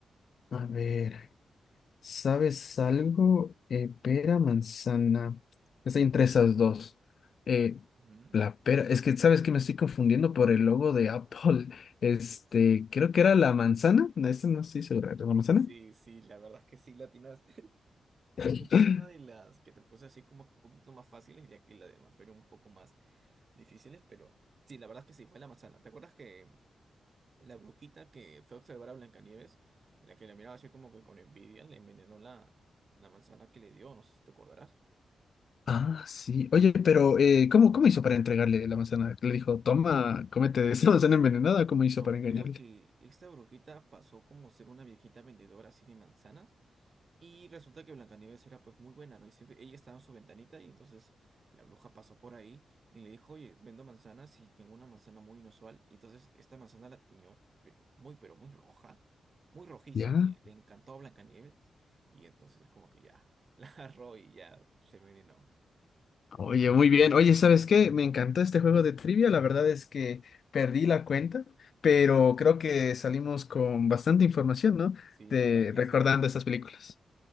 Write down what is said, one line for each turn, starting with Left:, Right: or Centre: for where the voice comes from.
Left: A ver. ¿Sabes algo? Eh, pera, manzana. Estoy entre esas dos. Eh,
Right: Ujú.
Left: la pera. Es que, ¿sabes que Me estoy confundiendo por el logo de Apple. <laughs> Este,
Right: Sí.
Left: creo que era la manzana. No, esta no estoy segura. ¿La manzana?
Right: Sí, sí, la verdad es que sí, latinaste. <laughs>
Left: <gasps>
Right: Esta es una de las que te puse así como que un poquito más fáciles, ya que las demás fueron un poco más difíciles, pero sí, la verdad es que sí, fue la manzana. ¿Te acuerdas que la brujita que fue a observar a Blancanieves, la que la miraba así como que con envidia, le envenenó la, la manzana que le dio? No sé si te acordarás.
Left: Ah, sí. Oye, pero eh, ¿cómo, cómo hizo para entregarle la manzana? Le dijo, toma, cómete esta manzana envenenada. ¿Cómo hizo
Right: No,
Left: para engañarle?
Right: creo que esta brujita pasó como ser una viejita vendedora así de manzanas. Y resulta que Blancanieves era pues muy buena, ¿no? Y siempre ella estaba en su ventanita y entonces la bruja pasó por ahí y le dijo, oye, vendo manzanas y tengo una manzana muy inusual. Y entonces esta manzana la tiñó, pero muy, pero muy roja, muy rojiza,
Left: Ya.
Right: que le encantó a Blancanieves. Y entonces es como que ya, <laughs> la agarró y ya se envenenó.
Left: Oye, muy bien. Oye, ¿sabes qué? Me encantó este juego de trivia. La verdad es que perdí la cuenta, pero creo que salimos con bastante información, ¿no?
Right: Sí,
Left: De
Right: la verdad es que
Left: recordando
Right: sí.
Left: estas películas.